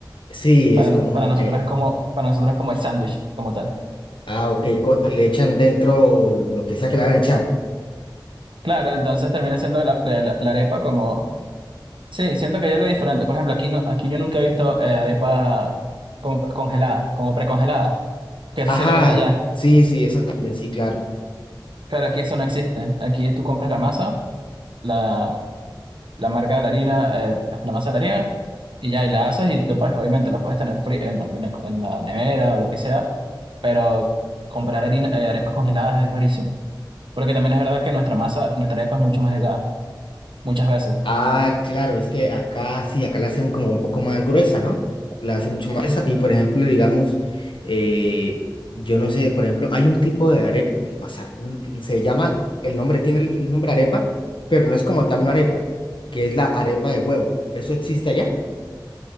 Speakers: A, on the left; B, on the right.
A: Sí,
B: Para,
A: es como
B: para
A: una...
B: nosotros
A: eh,
B: es como, para nosotros es como el sándwich, como tal.
A: Ah, ok, co- le echan dentro lo que sea que le van a echar.
B: Claro, entonces termina siendo la, la la arepa como Sí, siento que hay algo diferente. Por ejemplo, aquí no, aquí yo nunca he visto eh, arepa como pre- congelada, como precongelada, que eso
A: Ajá,
B: sí lo he visto allá.
A: sí, sí, eso también, sí, claro.
B: Claro, aquí eso no existe. Aquí tú compras la masa, la, la marca de la harina, eh, la masa de la harina, y ya, y la haces y lo puedes- obviamente la puedes tener fría en, en- la en la nevera o lo que sea, pero comprar harina, eh, arepas congeladas es rarísimo. Porque también es verdad que nuestra masa, nuestra arepa es mucho más delgada, muchas veces.
A: Ah, claro, es que acá sí, acá la hacen como un poco más gruesa, ¿no? La hacen mucho más gruesa. Y por ejemplo, digamos, eh, yo no sé, por ejemplo, hay un tipo de arepa, o sea, un- se llama, el nombre tiene el el nombre arepa, pero no es como tal una arepa, que es la arepa de huevo. ¿Eso existe allá?